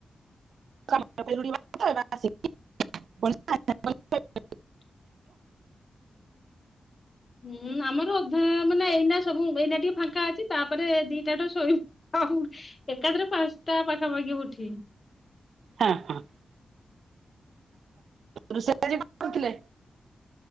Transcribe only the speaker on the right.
<unintelligible>
ହଁ ହଁ। ରଷେଇ ଆଜି କଣ କରୁଥିଲେ?